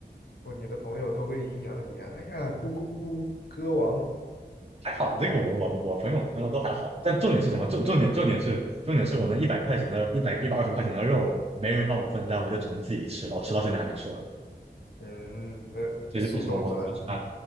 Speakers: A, on the left; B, on the right.
A: 不，你的朋友都会阴阳你啊！哎呀，咕咕咕，歌王，
B: 还好，这个我我我朋友朋友都还好，但重点是什么？重重点重点是重点是我那一百块钱的一百一百二十块钱的肉，没人帮我分担，我就只能自己吃，然后吃到现在还没吃完。
A: 嗯，那嗯速冻算了，
B: 这是为什么我我就买，